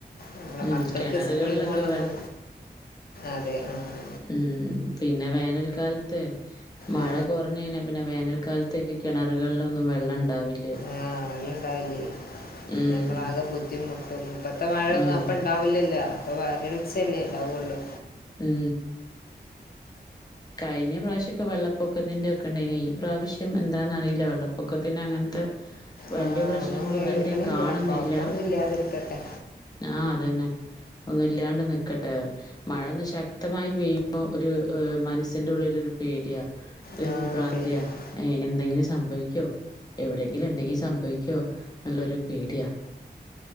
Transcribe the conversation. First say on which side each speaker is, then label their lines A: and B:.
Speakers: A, on the left; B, on the left.
A: നമ്മളെ
B: ഉം.
A: മക്കൾക്ക്
B: കെണറുകളിലൊക്കെ
A: സ്കൂളിൽ പോണതും അതെ ആഹ്.
B: മം പിന്നെ വേനൽക്കാലത്തെ മഴ
A: ആ
B: കുറഞ്ഞഴിഞ്ഞാ പിന്നെ വേനൽക്കാല്ത്തേക്ക് കിണറുകളിലൊന്നും വെള്ളണ്ടാവി
A: ആഹ് വെള്ളണ്ടാവില്ലേ,
B: ഉം.
A: നമ്മളാകെ ബുദ്ധിമുട്ടും. ഇപ്പത്തെ മഴൊന്നും
B: ഉം.
A: അപ്പണ്ട് ഉണ്ടാവില്ലല്ലോ അപ്പൊ വരൾച്ചല്ലേ ഉണ്ടാവൊള്ളൂ.
B: ഉഹ്. കഴിഞ്ഞ പ്രാവശ്യക്കെ വെള്ളപ്പൊക്കത്തിന്റെ ഒക്കെ ഉണ്ടെയ്നി ഈ പ്രാവശ്യം എന്താന്നറിയില്ല വെള്ളപ്പൊക്കത്തിന്നങ്ങനത്തൊ വെല്ല്യ
A: ആ
B: പ്രശ്നങ്ങളൊന്നും
A: ഒന്നും കേൾക്കണില്ല
B: എവിടെയും കാണുന്നില്ല.
A: കുഴപ്പമൊന്നും ഇല്ലാതിരിക്കട്ടെ
B: ആഹ് അതന്നെ. ഒന്നില്ലാണ്ട് നിക്കട്ടെ മഴൊന്ന് ശക്തമായി പെയ്യുമ്പോ ഒരു ആ മനസ് മനസിന്റെ ഉള്ളിലൊരു പേടിയാ ഒരു
A: ആ
B: വിഭ്രാന്തിയാ
A: പേര്
B: ഏ എന്തെങ്കിലും സംഭവിക്കോ. എവിടെയെങ്കിലും എന്തെങ്കിലും സംഭവിക്കോ എന്നൊള്ളൊരു പേടിയാ.